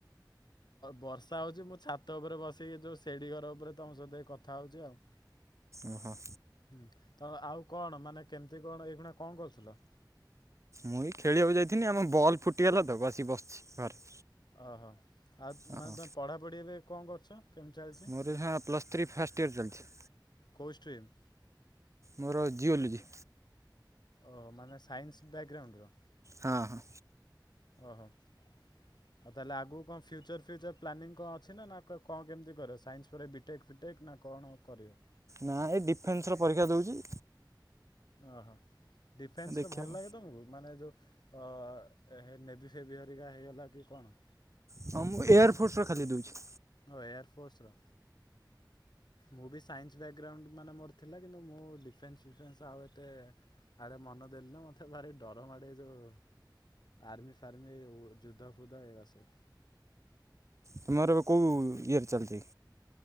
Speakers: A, on the left; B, on the right.
A: ବର୍ଷା ହଉଛି ମୁଁ ଛାତ ଉପରେ ବସିକି ଯୋଉ ସେଡି ଘର ଉପରେ ତମ ସହିତ କଥା ହଉଛି ଆଉ।
B: ଓହୋ।
A: ହୁଁ ତ ଆଉ କଣ ମାନେ କେମିତି କଣ ଏଇଖୁଣା କଣ କରୁଥିଲ?
B: ମୁଁ ବି ଖେଳିବାକୁ ଯାଇଥିନି ଆମ ବଲ୍ ଫୁଟିଗଲା ତ ଆସିକି ବସିଛି ଘରେ।
A: ଓହୋ ଆଉ
B: ହଁ
A: ମାନେ ତୁମେ ପଢ଼ାପଢ଼ି ଏବେ କଣ କରୁଛ? କେମିତି ଚାଲିଛି
B: ମୋର ଏଇ ପ୍ଲସ୍ ଥ୍ରୀ ଫାଷ୍ଟ ଇୟର ଚାଲିଛି।
A: କୋଉଷ୍ଟ୍ରିମ୍?
B: ମୋର ଜିଓଲୋଜି।
A: ଓ ମାନେ ସାଇନ୍ସ ବ୍ୟାଗ୍ରାଉଣ୍ଡର?
B: ହଁ ହଁ।
A: ଓହୋ। ଆଉ ତାହେଲେ ଆଗକୁ କଣ ଫ୍ୟୁଚର ଫ୍ୟୁଚର ପ୍ଲାନିଂ କଣ ଅଛି ନା କଣ କେମିତି କରିବ ସାଇନ୍ସ ପରେ ବି ଟେକ୍ ଫିଟେକ୍ ନା କଣ ଆଉ କରିବ?
B: ନା ଏଇ ଡିଫେନ୍ସର ପରୀକ୍ଷା ଦଉଛି।
A: ଓହୋ ଡିଫେନ୍ସରେ
B: ଦେଖିବା
A: ଭଲ
B: କଣ
A: ଲାଗେ ତୁମକୁ ମାନେ ଯେଉଁ ଅ ନେବି ଫେବି ହରିକା ହେଇଗଲା କି କଣ?
B: ହଁ ମୁଁ ଏୟାର ଫୋର୍ସ ର ଖାଲି ଦଉଛି।
A: ଓ ଏୟରଫୋର୍ସ ର। ମୁଁ ବି ସାଇନ୍ସ ବ୍ୟାକଗ୍ରାଉଣ୍ଡ ମାନେ ମୋର ଥିଲା କିନ୍ତୁ ମୁଁ ଡିଫେନ୍ସ ଫିଫେନ୍ସ ଆଉ ଏତେ ଆଡ଼େ ମନ ଦେଲିନି ମୋତେ ଭାରି ଡର ମାଡ଼େ ଯୋଉ ଆର୍ମି ଫାର୍ମି ଯୁଦ୍ଧା ଫୁଦ୍ଦା ଏରା ସବୁ।
B: ତୁମର ଏବେ କୋଉ ଇଅର୍ ଚାଲିଛି?